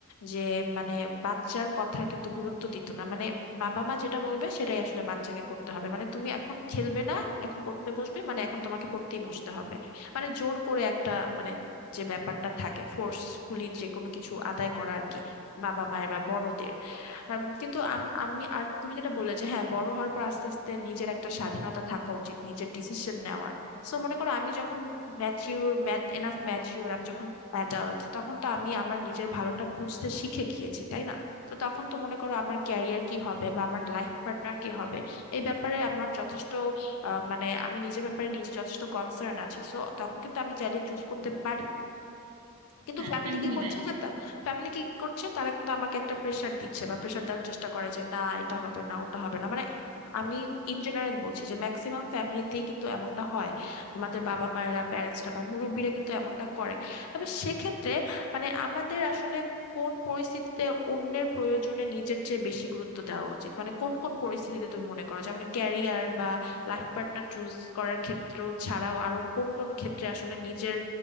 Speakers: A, on the left; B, on the right.
A: যে মানে বাচ্চার কথার কিন্তু গুরুত্ব দিত না মানে বাবা মা যেটা বলবে সেটাই আসলে বাচ্চাকে করতে হবে মানে তুমি এখন খেলবে না এখন পড়তে বসবে মানে এখন তোমাকে পড়তেই বসতে হবে মানে জোর করে একটা মানে যে ব্যাপারটা থাকে ফোর্সফুলি যে কোনো কিছু আদায় করা আর কি বাবা মায়ের বা বড়দের আম, কিন্তু আম- আমি আর তুমি যেটা বললে যে হ্যাঁ বড় হওয়ার পর আস্তে আস্তে নিজের একটা স্বাধীনতা থাকা উচিত নিজের ডিসিশন নেওয়ার সো মনে করো আমি যখন ম্যাচিউর এনাফ ম্যাচিউর আমি যখন অ্যাডাল্ট তখন তো আমি আমার নিজের ভালোটা বুঝতে শিখে গিয়েছি তাই না তো তখন তো মনে করো আমার ক্যারিয়ার কি হবে বা আমার লাইফ পার্টনার কি হবে এই ব্যাপারে আমার যথেষ্ট আহ, মানে আমি নিজের ব্যাপারে নিজে যথেষ্ট কনসার্ন আছি সো তখন কিন্তু আমি চাইলে চুজ করতে পারি কিন্তু
B: হ্যাঁ
A: ফ্যামিলি
B: একদমই
A: কি করছে
B: তাই
A: যে তা- ফ্যামিলি কি করছে তারা কিন্তু আমাকে একটা প্রেশার দিচ্ছে বা প্রেশার দেওয়ার চেষ্টা করে যে না এটা হবে না ওটা হবে না মানে আমি ইন জেনারেল বলছি যে ম্যাক্সিমাম ফ্যামিলিতেই কিন্তু এমনটা হয় আমাদের বাবা মায়েরা প্যারেন্টসরা বা মুরব্বীরা কিন্তু এমনটা করে তবে সেক্ষেত্রে মানে আমাদের আসলে কোন পরিস্থিতিতে অন্যের প্রয়োজনে নিজের চেয়ে বেশি গুরুত্ব দেওয়া উচিত মানে কোন কোন পরিস্থিতিতে তুমি মনে করো যে মানে ক্যারিয়ার বা লাইফ পার্টনার চুজ করার ক্ষেত্র ছাড়াও আরো কোন কোন ক্ষেত্রে আসলে নিজের